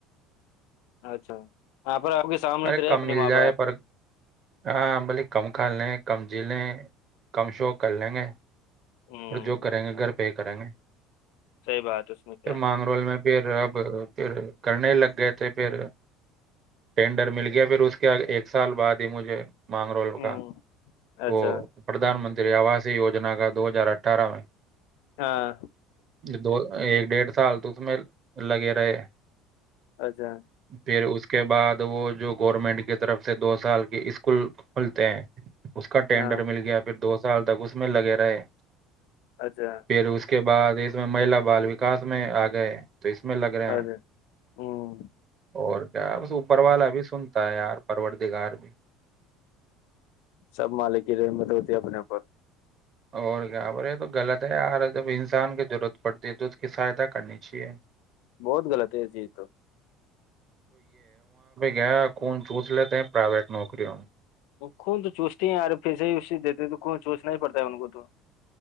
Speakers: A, on the left (about 70°); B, on the right (about 30°).
A: اچھا پر آپ سامنے
B: ارے
A: تو رہے
B: کم
A: اپنے
B: مل
A: ماں
B: جائے
A: باپ
B: پر ہاں بلے کم کھا ل کمزیلیں کم شو کر لیں گے
A: ہوں
B: اور جو کریں گے گھر پہ ہی کریں گے
A: صحیح بات اس میں کیا
B: پھر
A: ہے
B: مانگ رول میں پھر اب پھر کرنے لگ گئے تھے پھر ٹینڈر مل گیا پھر اس کے ایک سال بعد ہی مجھے مانگرول
A: ہوں
B: کا
A: اچھا
B: وہ پردھان منت آواز وجنا کا دو ہزار اٹھ اٹارہ میں
A: ہاں
B: دو ایک ڈیھ سال تو میں لگے رہے
A: اچھا
B: پھر اس کے بعد وہ جو گورنمنٹ کی طرف سے دو سال کے اس کو کھلتے اس کا ٹینڈر
A: ہاں
B: مل گیا پھر دوست سال تک اس میں لگےا ب
A: اچھا
B: پھر اس کے بع دیس میں مہلا بال وکاس میں آ گئے تو اس میں لگ رہے
A: اچھا
B: ہیں
A: ہوں
B: اور کیا بس اوپر والا بھی سنتا ہے یار پروردگار میں
A: سب مالک کی رحمت ہوتی ہے اپنے اوپر
B: اور کیا پر یہ تو غلط ہے یار جب انسان کی ضرورت پڑتی ہے تو اس کی سہایتا کرنی چاہیے
A: بہت غلط ہے جی تو
B: گیا کون چھس لیتے ہیں پرائیویٹ نوکری ہو
A: خون تو چوچتے ہیں ار پھر سےے ہی اس دیتے تو خون چوچنا ہی پڑتا ہے ان کو تو